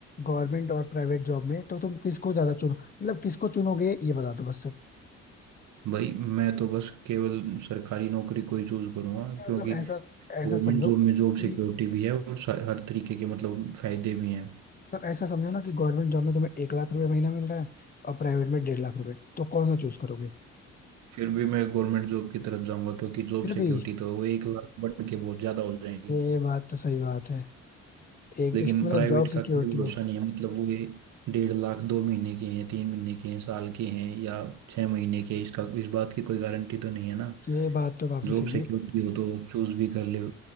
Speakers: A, on the left; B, on the right.
A: गवर्नमेंट और प्राइवेट जॉब में तो तुम किसको ज्यादा चुनो मतलब किसको चुनोगे ये बता दो बस सिर्फ
B: भाई मैं तो बस केवल सरकारी नौकरी को ही चूज करूंगा
A: नहीं,
B: क्योंकि
A: मतलब ऐसा
B: गवर्नमेंट
A: ऐसा समझो
B: जॉब
A: कि
B: में जॉब सिक्योरिटी भी है और सा- हर तरीके के मतलब फायदे भी हैं
A: मतलब ऐसा समझो ना कि गवर्नमेंट जॉब में तुम्हें एक लाख रुपए महीना मिल रहा है और प्राइवेट में डेढ़ लाख रुपए तो कौन सा चूज करोगे
B: फिर भी मैं गवर्नमेंट जॉब की तरफ जाऊंगा क्योंकि जॉब
A: फिर
B: सिक्योरिटी
A: भी
B: तो वो एक लाख बढ़ के बहुत ज्यादा हो जाएंगी
A: ये बात तो सही बात है एक
B: लेकिन
A: इस- मतलब
B: प्राइवेट
A: जॉब
B: का
A: सिक्योरिटी
B: कोई भरोसा
A: है
B: नहीं है मतलब वो ये डेढ़ लाख दो महीने के हैं तीन महीने के हैं साल के हैं या छह महीने के हैं, इसका इस बात की कोई गारंटी तो नहीं है ना
A: ये बात तो काफी
B: जॉब
A: सही
B: सिक्योरिटी
A: है
B: हो तो चूज भी कर ले